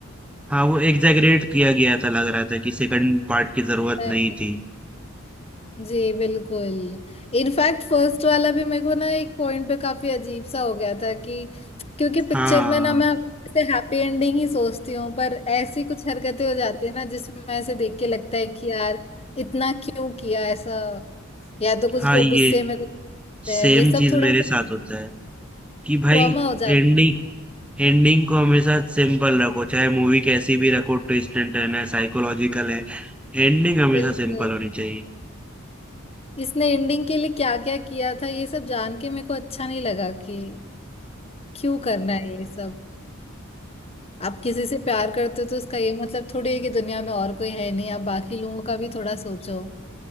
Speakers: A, in the centre; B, on the left.
A: हाँ वो एग्जैगरेट किया गया था लग रहा था कि सेकंड पार्ट की जरूरत
B: गया
A: नहीं थी
B: जी बिल्कुल इनफैक्ट फर्स्ट वाला भी मेरे को ना एक पॉइंट पे काफी अजीब सा हो गया था कि क्योंकि पिक्चर
A: हाँ
B: में ना मैं हमेशा हैप्पी एंडिंग ही सोचती हूँ पर ऐसी कुछ हरकतें हो जाती है ना जिसमें ऐसे देख के लगता है कि यार इतना क्यों किया ऐसा या तो कुछ
A: हाँ
B: लोग
A: ये
B: गुस्से में कुछ करते
A: सेम
B: हैं ये सब
A: चीज
B: थोड़ा
A: मेरे
B: सा
A: साथ होता है कि भाई
B: ट्रॉमा हो जाता
A: एंडिंग एंडिंग को हमेशा सिंपल रखो चाहे मूवी कैसी भी रखो ट्विस्ट एंड टर्न है साइकोलॉजिकल है एंडिंग
B: है
A: हमेशा
B: बिल्कुल
A: सिंपल होनी चाहिए
B: इसने एंडिंग के लिए क्या क्या किया था ये सब जान के मेरे को अच्छा नहीं लगा कि क्यों करना है ये सब आप किसी से प्यार करते हो तो उसका ये मतलब थोड़ी है कि दुनिया में और कोई है नहीं आप बाकी लोगों का भी थोड़ा सोचो